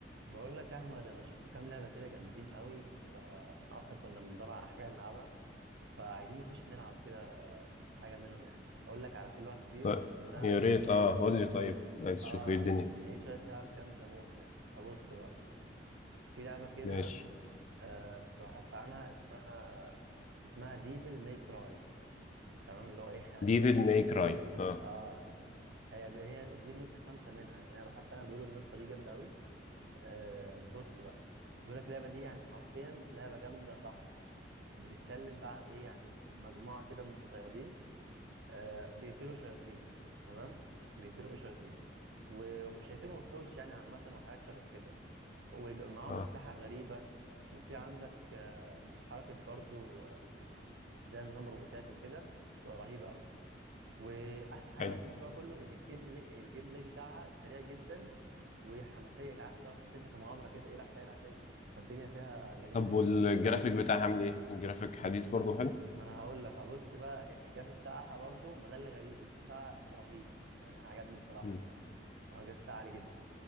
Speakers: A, on the right; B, on the left.
A: بقول لك يا احمد انا شفت كام لعبه كده جامدين قوي فاحنا اصلا كنا بندور على حاجه نلعبها فعايزين نخش نلعب كده حاجه منهم يعني اقول لك على كل واحد فيهم
B: طيب
A: ان انا
B: يا ريت اه قول لي طيب عايز تشوف
A: اه
B: ايه الدنيا
A: لقيت شويه لعب جامده موت يعني فبص بقى في لعبه كده
B: ماشي
A: آه كنت بحثت عنها اسمها اسمها ديفل ماي كراي تمام اللي هو ايه <laughs> يعني
B: ديفيد
A: بيقول لك إيش-
B: ماي كراي اه
A: اه هي هي دي النسخه خمسه منها يعني انا بحثت عنها بيقولوا النسخه دي جامده قوي آه بص بقى بيقول لك اللعبه دي يعني حرفيا لعبه جامده طح بتتكلم بقى عن ايه يعني مجموعه كده من الصيادين آه بيقتلوا شياطين تمام بيقتلوا ايه شياطين وشياطين وحوش يعني عامه وحاجات شبه كده ويبقى معاهم
B: اه
A: اسلحه غريبه وفي عندك آه حركه برضو آه، زي نظام روبوتات وكده تبقى رهيبه قوي واحسن حاجه
B: حلو
A: بقى في الموضوع كله ان الجيم بلاي الجيم بلاي بتاعها سريع جدا وحماسيه عارف طبعا تحس إن انت في مغامره كده ايه راح جاي راح جاي فالدنيا فيها جميله
B: طب والجرافيك بتاعها عامل ايه الجرافيك حديث برضه حلو
A: ما انا هقول لك ابص بقى يعني الجرافيك بتاعها برضو ما ده اللي غريب الجرافيك بتاعها رهيب يعني عجبني الصراحه
B: مم.
A: أنا الجرافيك بتاعها عالي جدا